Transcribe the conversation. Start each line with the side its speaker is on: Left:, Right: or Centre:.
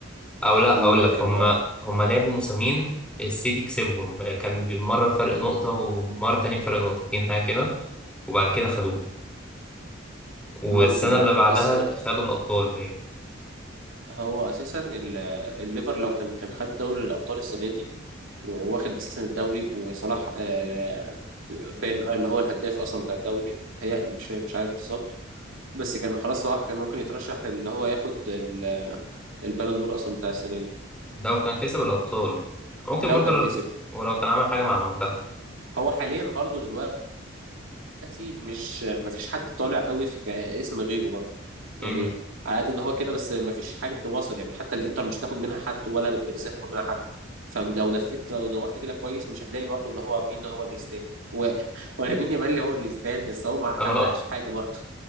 Centre: او لا
Right: ممكن
Centre: هقول لك هما
Right: اه
Centre: هما لعبوا موسمين السيتي كسبهم كان مره بفرق نقطه ومره تانية بفرق نقطتين حاجه كده وبعد كده خدوه والسنه
Right: ممكن بقى
Centre: اللي بعدها
Right: بس
Centre: خدوا الابطال
Right: هو اساسا ال- الليفر لو كان كان خد دوري الابطال السنه دي واخد اساسا الدوري وصلاح آه، بين اللي هو الهداف اصلا بتاع الدوري تهيألي مش مش عارف بالظبط بس كان خلاص صلاح كان ممكن يترشح اللي هو ياخد ال- البالون دور اصلا بتاع السنه دي
Centre: لو كان كسب الأبطال ممكن
Right: لو
Centre: برضه
Right: كان كسب
Centre: ولو كان عمل حاجة مع المنتخب
Right: هو حاليا برضو دلوقتي مش مفيش حد طالع قوي في اسم غيره برضو يعني
Centre: امم
Right: على قد ان هو كده بس مفيش حد واصل يعني حتى الانتر مش هتاخد منها حد ولا باريس هتاخد منها حد فلو لفيت لو دورت كده كويس مش هتلاقي برضو اللي هو مين هو اللي يستاهل و... <laughs> ولا مين يامال اللي هو اللي يستاهل بس هو ما حققش
Centre: اه
Right: حاجه برضو